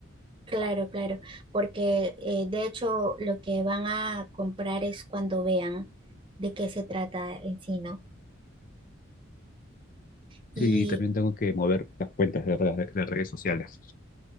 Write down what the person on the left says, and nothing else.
Sí, y también tengo que mover las cuentas de, re- de redes sociales.